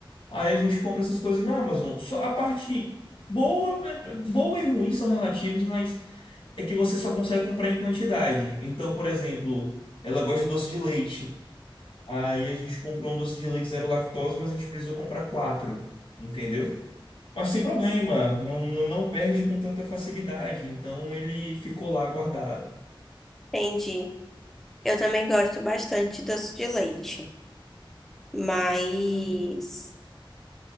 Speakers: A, on the left; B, in the centre.
A: Aí a gente compra essas coisas na Amazon. Só a parte boa, né, boa e ruim são relativos, mas é que você só consegue comprar em quantidade. Então, por exemplo, ela gosta de doce de leite. Aí a gente comprou um doce de leite zero lactose, mas a gente precisou comprar quatro, entendeu? Mas sem problema, não, não, não perde com tanta facilidade. Então ele ficou lá guardado.
B: entendi. Eu também gosto bastante de doce de leite, mas